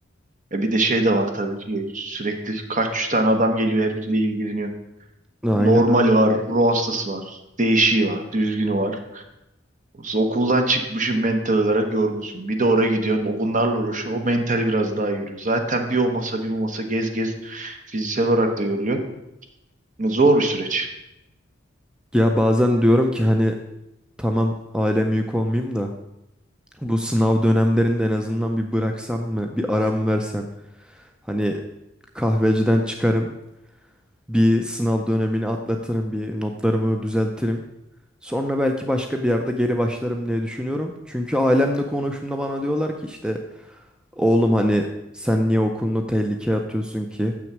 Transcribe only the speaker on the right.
E bir de şey de var tabii ki sürekli kaç yüz tane adam geliyor her biriyle ilgileniyor.
Normali
var, ruh hastası var, değişiği var, düzgünü var. Okuldan çıkmışsın mental olarak yorgunsun. Bir de oraya gidiyorsun, o bunlarla uğraşıyorsun. O mentali biraz daha yürüyor. Zaten bir o masa bir bu masa gez gez fiziksel olarak da yoruluyor. Zor bir süreç.